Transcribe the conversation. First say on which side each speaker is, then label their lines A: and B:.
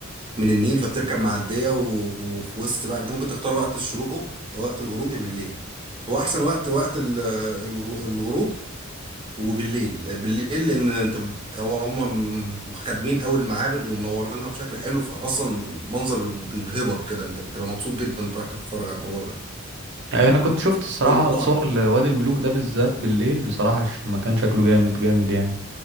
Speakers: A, on the right (about 25°); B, on the right (about 60°).
A: من النيل فبتركب معديه و... وفي وسط بقى انت ممكن تختار وقت الشروق يا وقت الغروب يا بالليل هو احسن وقت وقت ال- الغ- الغروب وبالليل بالليل لان انت ب- هو هم خادمين قوي المعابد ومنورينها بشكل حلو فاصلا منظر بيرهبك كده انت بتبقى مبسوط جدا انت رايح تتفرج على الموضوع ده
B: يعني أنا كنت شفت الصراحة
A: والمطاعم
B: صور لوادي الملوك ده بالذات بالليل بصراحة ش- المكان شكله جامد جامد يعني